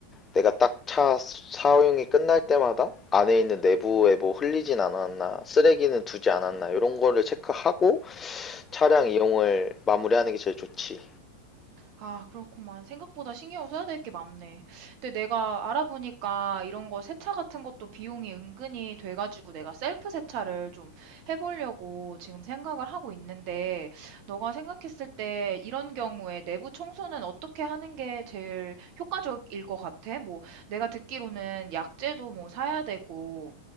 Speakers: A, on the left (about 20°); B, on the right (about 45°).
A: 내가 딱 차 사용이 끝날 때마다 안에 있는 내부에 뭐 흘리진 않았나, 쓰레기는 두지 않았나, 이런 거를 체크하고 차량 이용을 마무리하는 게 제일 좋지.
B: 아, 그렇구만. 생각보다 신경 써야 될 게 많네. 근데 내가 알아보니까 이런 거 세차 같은 것도 비용이 은근히 돼가지고 내가 셀프 세차를 좀 해보려고 지금 생각을 하고 있는데, 너가 생각했을 때 이런 경우에 내부 청소는 어떻게 하는 게 제일 효과적일 것 같아? 뭐, 내가 듣기로는 약재도 뭐 사야 되고,